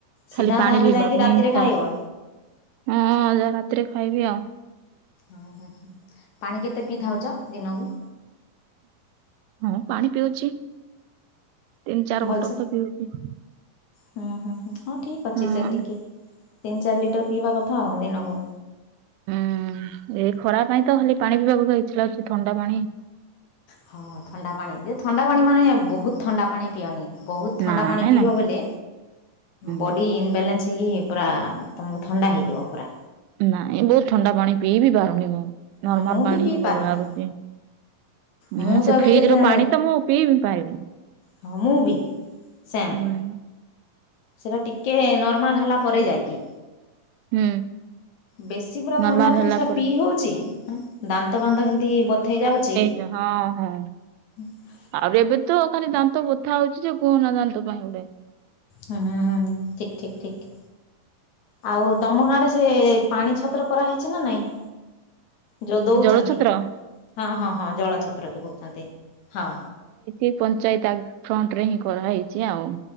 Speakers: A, on the right (about 90°); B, on the left (about 65°).
A: ଖାଲି
B: ସିଧା
A: ପାଣି
B: ତାହେଲେ
A: ପିଇବାକୁ
B: ଯାଇକି ରାତିରେ
A: ହିଁ ଇଚ୍ଛା
B: ଖାଇବ।
A: ହଁ ଅଧ ରାତିରେ ଖାଇବି ଆଉ।
B: ହଁ ହଁ ପାଣି କେତେ ପିଇଥାଉ ଦିନକୁ?
A: ହଁ ପାଣି ପିଉଚି, ତିନି ଚାରି
B: ଭଲସେ
A: ବୋଟଲ ତ ପିଉଚି।
B: ହୁଁ ହୁଁ ହୁଁ ହୁଁ ଠିକ ଅଛି
A: ହଁ।
B: ସେତିକି। ତିନି ଚାରି ଲିଟର ପିଇବା କଥା ଆଉ ଦିନକୁ।
A: ହୁଁ ଏଇ ଖରା ପାଇଁ ତ ଖାଲି ପାଣି ପିଇବାକୁ ଇଚ୍ଛା ଲାଗୁଚି, ଥଣ୍ଡା ପାଣି।
B: ହଁ ଥଣ୍ଡା ପାଣି ଯେ, ଥଣ୍ଡା ପାଣି ମାନେ ବୋହୁତ୍ ଥଣ୍ଡା ପାଣି ପିଅନି। ବହୁତ୍ ଥଣ୍ଡା
A: ନାଇଁ
B: ପାଣି ପିଇବ
A: ନାଇଁ
B: ବୋଲେ।
A: ହୁଁ
B: ବଡି ଇନବାଲାନ୍ସ ହେଇକି। ପୁରା ତୁମକୁ ଥଣ୍ଡା ହେଇଯିବ ପୁରା।
A: ନାଇଁ ବୋହୁତ୍ ଥଣ୍ଡା ପାଣି ପିଇ ବିି ପାରୁନି ମୁଁ।
B: ହଁ
A: ନର୍ମାଲ୍
B: ମୁଁ
A: ପାଣି
B: ବି ପିଇ
A: ହିଁ ଭଲ୍
B: ପାରୁନି
A: ଲାଗୁଚି। ହୁଁ।
B: ମୁଁ ତ
A: ସେ
B: ଏବେ
A: ଫ୍ରିଜ୍
B: କେତେ
A: ରୁ ପାଣି ତ ମୁଁ ପିଇବି ପାରୁନି।
B: ହଁ ମୁଁ ବି। ସେମ୍।
A: ହୁଁ
B: ସେରା ଟିକେ ନର୍ମାଲ୍ ହେଲା। ପରେ ଯାଇକି
A: ହୁଁ।
B: ବେଶୀ ପୁରା
A: ନର୍ମାଲ
B: ଥଣ୍ଡା ଥିଲେ
A: ହେଲା
B: ସେଟା
A: ପରେ
B: ପିଇ ହୋଉଛି। ଦାନ୍ତ ଫାନ୍ତ କେମିତି ବଥେଇ ଯାଉଚି।
A: ଏ ହଁ ହୁଁ।
B: <unintelligible>
A: ଆହୁରି ଏବେ ତ ଖାଲି ଦାନ୍ତ ବଥା ହୋଉଛି ଯେ, କୁହନା ଦାନ୍ତ ପାଇଁ ଗୋଟେ।
B: ହୁଁ ହୁଁ ହୁଁ। ଠିକ୍ ଠିକ୍ ଠିକ୍। ଆଉ ତମ ଗାଁରେ ସେ, ପାଣି ଛତ୍ର କରାହେଇଛି ନା ନାଇଁ? ଯୋଉ ଦୋଉଚନ୍ତି?
A: ଜଳଛତ୍ର
B: ହଁ ହଁ ହଁ ଜଳ ଛତ୍ର ଯୋଉ କହୁଛନ୍ତି। ହଁ।
A: ଏ ପଞ୍ଚାୟତ ଫ୍ରଣ୍ଟରେ କରହେଇଛି ଆଉ